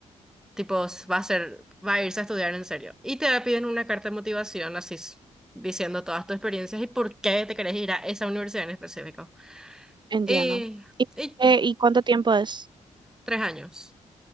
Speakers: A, in the centre; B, on the right.
A: Tipo, s- va a ser, va a irse a estudiar en serio. Y te piden una carta de motivación, así, s- diciendo todas tus experiencias y por qué te querés ir a esa universidad en específico.
B: entiendo.
A: Y,
B: ¿Y,
A: y
B: eh, ¿y cuánto tiempo es?
A: tres años.